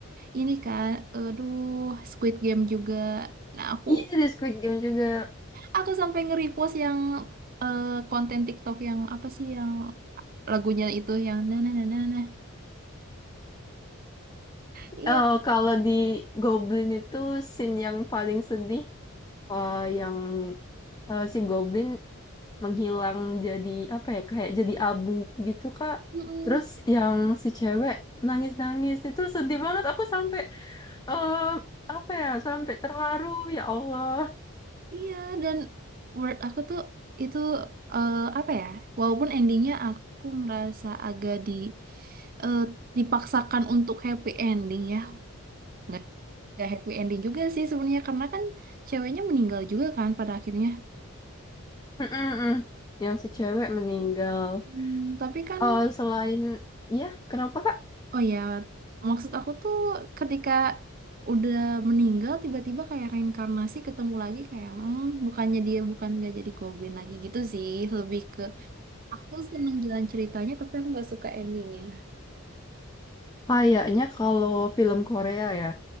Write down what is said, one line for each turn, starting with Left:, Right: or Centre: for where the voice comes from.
Right: ini kan, aduh Squid Game juga. Nah aku
Left: Iya, The Squid Game juga.
Right: Aku sampai nge-repost yang eh, konten TikTok yang apa sih yang lagunya itu yang nah nah nah nah nah. Iya,
Left: Eh, kalau di Goblin itu scene yang paling sedih eh, yang eh, si Goblin menghilang jadi apa ya kayak jadi abu gitu Kak.
Right: Mm-mm.
Left: Terus yang si cewek nangis-nangis itu sedih banget aku sampai eh, apa ya sampai terharu ya Allah.
Right: Iya dan menurut aku tuh itu eh, apa ya? Walaupun endingnya aku ngerasa agak di eh, dipaksakan untuk happy ending ya. Nggak, nggak happy ending juga sih sebenarnya karena kan ceweknya meninggal juga kan pada akhirnya.
Left: <laughs> Mm-mm-mm. Yang si cewek meninggal.
Right: Hmm, tapi kan
Left: Eh, selain ya kenapa Kak?
Right: Oh ya, maksud aku tuh ketika udah meninggal tiba-tiba kayak reinkarnasi ketemu lagi kayak hmm, bukannya dia bukan nggak jadi goblin lagi gitu sih lebih ke aku seneng jalan ceritanya tapi aku nggak suka endingnya.
Left: Kayaknya kalau film Korea ya.